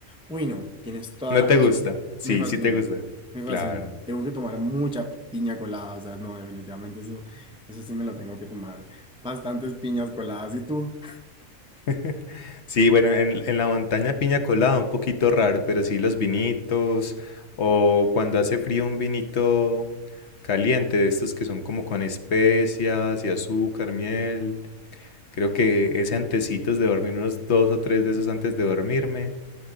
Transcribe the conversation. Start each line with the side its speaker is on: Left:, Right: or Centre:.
Centre: Uy, no, tienes toda
Left: ¿No
Centre: la
Left: te
Centre: razón.
Left: gusta? Sí,
Centre: Me fascina,
Left: sí te gusta.
Centre: me fascina.
Left: Claro.
Centre: Tengo que tomar mucha piña colada, o sea, no, definitivamente eso, eso sí me lo tengo que tomar. Bastantes piñas coladas, ¿y tú?
Left: <laughs> Sí, bueno, en, en la montaña piña colada un poquito raro, pero sí los vinitos o cuando hace frío un vinito caliente de estos que son como con especias y azúcar, miel. Creo que ese antecitos de dormir, unos dos o tres de esos antes de dormirme.